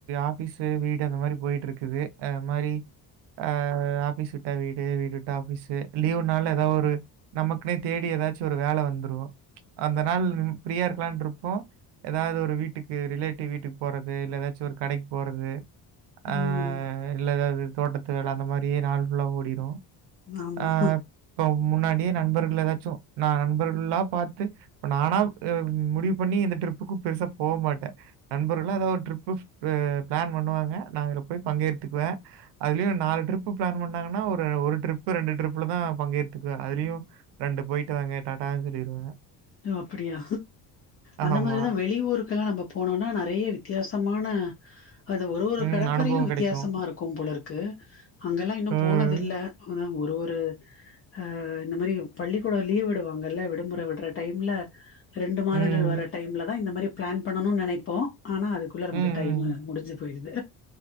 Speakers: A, on the right; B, on the left.
A: ஆஃபீஸ் வீடு அந்த மாரி போயிட்டு இருக்குது அ மாரி அ ஆஃபீஸ் விட்டா வீடு வீடு விட்டா ஆஃபீஸ் லீவுனால ஏதாவது ஒரு நமக்குனே தேடி ஏதாச்சு ஒரு வேல வந்துரு அந்த நாள் ஃபிரீயா இருக்கலான்ருப்போ ஏதாவது ஒரு வீட்டுக் கு ரிலேட்டிவ் வீட்டுக்கு போறது இல்ல ஏதாச்சு ஒரு கடைக்கு போறது ஆ
B: ம்
A: இல்ல எதாவது தோட்டத்து வேல அந்த மாரியே நாள் ஃபுல்லா ஓடிரு
B: ஆமா
A: ஆ இப்ப முன்னாடியே நண்பர்கள் ஏதாச்சு நா நண்பர்கள்ல்லா பாத்து இப்ப நானா அ முடிவு பண்ணி இந்த ட்ரிப்புக்கு பெருசா போ மாட் நண்பர்களா ஏதாவது ஒரு ட்ரிப்பு பிளான் பண்ணுவாங்க நா இத போய் பங்கேத்துக்குவே அதுலயு நாலு ட்ரிப்பு பிளான் பண்ணாங்கன்னா ஒரு ஒரு ட்ரிப்பு ரெண்டு ட்ரிப்புல தா பங்கேடுத்துக்குவே அதுலயு ரெண்டு போயிட்டு வாங்க டாடான்னு சொல்லிருவே
B: ஜோ அப்பிடியா அந்த
A: ஆமா.
B: மாரிதா வெளியூரு கலா நம்ப போனோனா நெறைய வித்யாசமான அது ஒரு ஒரு
A: ம்.
B: கடற்கரையு
A: அனுபவம்
B: வித்யாசமா
A: கிடைக்கும்.
B: இருக்கும் போலருக்கு அங்கெல்லா இன்னு
A: ம்.
B: போனதில்ல அதா ஒரு ஒரு ஆ இந்த மாரி பள்ளிக்கூட லீவ் விடுவாங்கல்ல விடுமுறை விடுற டைம்ல ரெண்டு மாதங்கள்
A: ம்.
B: வர டைம்லதா இந்த மாரி பிளான் பண்ணணுன் நெனைப்போ ஆனா அதுக்குள்ள
A: ம்.
B: நமக்கு
A: ம்.
B: டைமு முடிஞ்சு போயிடுது